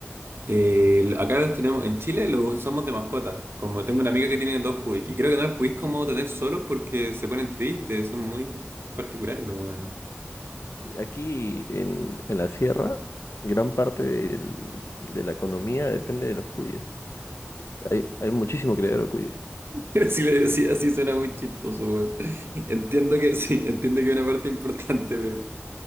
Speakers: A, on the right; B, on the left.
A: eh, lo- acá los tenemos, en Chile los somos de mascota. Como tengo una amiga que tiene dos cuy, y creo que no los podéis como tener solos porque se ponen tristes, son muy particulares los weones.
B: Sí, aquí en, en la sierra, gran parte del- de la economía depende de los cuyes. Hay, hay muchísimo criadero de cuyes.
A: Pero si le decía así suena muy chistoso, weón. Entiendo que sí, entiendo que es una parte importante, pero,